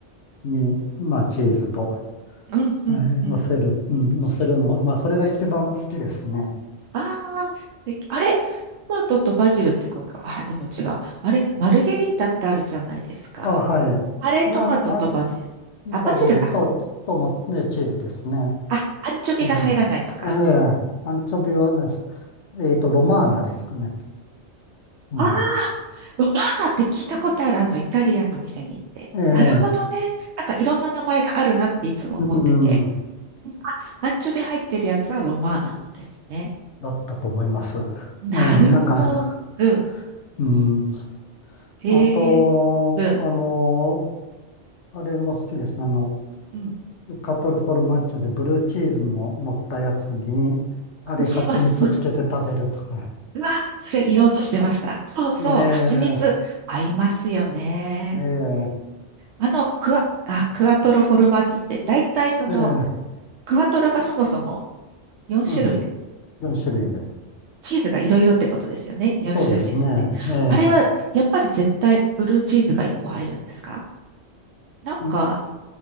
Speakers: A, on the left (about 80°); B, on the right (about 75°).
A: に、まあ、チーズと、
B: うん、うん、うん。
A: えー、
B: うん
A: 乗せる、うん、乗せるの、まあ、それが一番好きですね。
B: ああ、素敵。あれトマトとバジルってことは、ああ、でも違う。あれマルゲリータってあるじゃないですか。
A: あ、はい。
B: あれトマトとバジル。
A: あれ、あん、あ、バジルと、
B: あ、バジルか。
A: と、ま、ね、チーズですね。
B: あ、アンチョビが入らないのか。
A: えー、あ、えーアンチョビは、なんですえっと、ロマーナですかね。うん。
B: ああ、ロマーナって聞いたことある、あの、イタリアンの店に行って。
A: ええ
B: なるほどね。なんかいろんな名前があるなっていつも思ってて。
A: うん、
B: うんあ、アンチョビ入ってるやつはロマーナなんですね。
A: だったと思います。
B: なるほど。
A: ええなんか、
B: うん。
A: うん。
B: へえ、
A: まあ、あと、
B: うん。
A: あの、あれも好きですね。あの、
B: うん。
A: カトルフォルマッジョでブルーチーズも乗ったやつに、あれ、
B: 私はそれ、
A: 蜂蜜つけて食べるとか。
B: うわ、それ言おうとしてました。そうそう。
A: <laughs>
B: 蜂蜜合いますよね。
A: ええええ
B: あの、クワ、あ、クワトロフォルマッジって、だいたいその、
A: ええ
B: クワトロがそもそも4種類
A: うん。4種類です。
B: チーズがいろいろってことですよね。4種類ですよね。
A: そうですね。ええ
B: あれは、やっぱり絶対ブルーチーズが1個入るんですかなんか、
A: うん